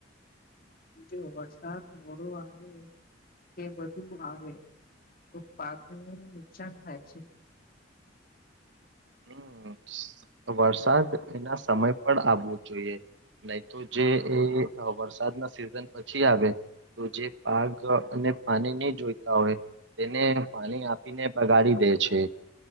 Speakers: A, on the left; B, on the right.
A: જો વરસાદ મોડો આવે કે વધુ આવે તો પાકનું નુકસાન થાય છે
B: હમ વરસાદ એ ના સમય પણ આવવું જોઈએ નહી તો જે એ વરસાદના સિઝન પછી આવે તો જે પાગ અને પાણી નહી જોઈતા હોય તેને પાણી આપીને બગાડી દે છે